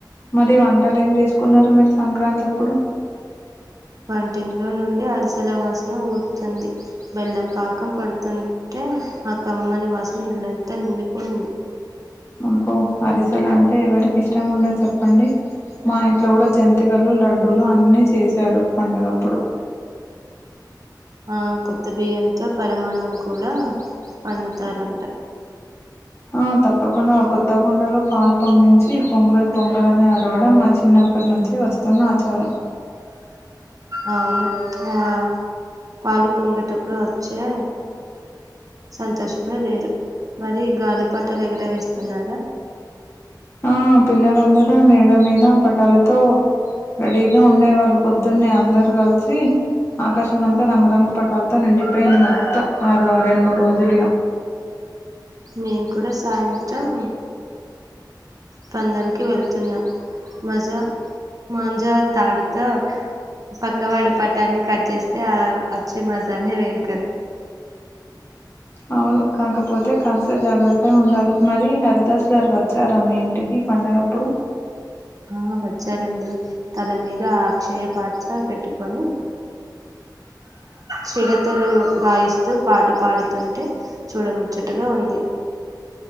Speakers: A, on the left; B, on the right.
A: మరి వంటలు ఏం చేసుకున్నారు మీరు సంక్రాంతి అప్పుడు
B: వంటింట్లో అరిసెల వాసన ఊరుతుంది బెల్లం పాకం పడుతుంటే ఆ కమ్మని వా వాసనా ఇళ్లంతా నిండిపోయింది.
A: <unintelligible> అబ్బో అరిసెలు అంటే ఎవరికి ఇష్టం ఉండ చెప్పండి మా ఇంట్లో కూడా జంతికలు లడ్డూలు అన్నీ చేసారు పండగప్పుడు
B: ఆ కొత్త బియ్యంతో పరమాన్నం కూడా పండుతారంట,
A: ఆ తప్పకుండా కొత్త కొండలో పాలు పొంగించి పొంగల్ పొంగల్ అని ఆరవడం మా చిన్నపు ఎప్పటి నుంచి వస్తున్న ఆచారం
B: అవును ఆ పాలు పొంగటప్పుడు వచ్చే సంతోషమే వేరు మరి గాలి పట్టాలు ఎగర వేస్త తిన్నార
A: ఆ పిల్లలందరూ మేడ మీద పటాలతో రడీగా ఉండే వాళ్ళు పొద్దున్నే అందరు కలిసి ఆకాశం అంతా రంగురంగు పటాలతో నిండిపోయింది. మొత్తం ఆ రెండు మూడు రోజులు ఇగా, <unintelligible>
B: మేం కూడా సాయంత్రం పందానికి వెళ్తున్నా మజ మాంజా తాడుతో పక్కవాడి పట్టని దాన్ని కట్ చేస్తే వచ్చే మజానే వేరు కదా
A: అవును కాకపోతే కాస్త జాగ్రత్తగా ఉండాలి మరి హరిదాస్ గారు వచ్చారా, రమ్మ ఇంటికి పండగప్పుడు,
B: ఆ వచ్చారండి తల మీద ఆ అక్షయ పాత్ర పెట్టుకొని చిడతలు వాయిస్తూ పాట పాడుతుంటే చూడముచ్చ, ముచ్చటగా ఉంది.